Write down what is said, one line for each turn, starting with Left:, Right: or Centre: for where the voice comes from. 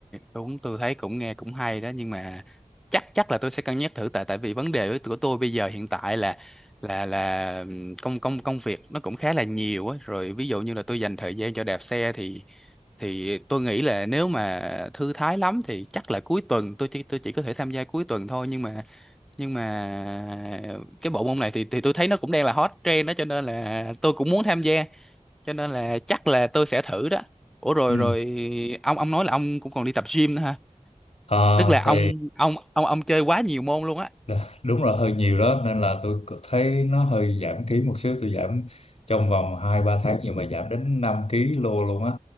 Centre: đúng tôi thấy cũng nghe cũng hay đó nhưng mà chắc chắc là tôi sẽ cân nhắc thử tại tại vì vấn đề của tôi bây giờ hiện tại là là là ừm, công công công việc nó cũng khá là nhiều á rồi ví dụ như là tôi dành thời gian cho đạp xe thì thì tôi nghĩ là nếu mà thư thái lắm thì chắc là cuối tuần tôi chỉ tôi chỉ có thể tham gia cuối tuần thôi nhưng mà nhưng mà cái bộ môn này thì thì tôi thấy nó cũng đang là hot trend đó cho nên là tôi cũng muốn tham gia cho nên là chắc là tôi sẽ thử đó ủa rồi
Left: ừ.
Centre: rồi ông ông nói là ông cũng còn đi tập gym nữa ha
Left: Ờ,
Centre: tức là ông
Left: thì
Centre: ông ông ông chơi quá nhiều môn luôn á
Left: Đó, đúng là hơi nhiều đó nên là tôi c- thấy nó hơi giảm ký một xíu tôi giảm trong vòng hai ba tháng nhưng mà giảm đến 5 ký lô luôn á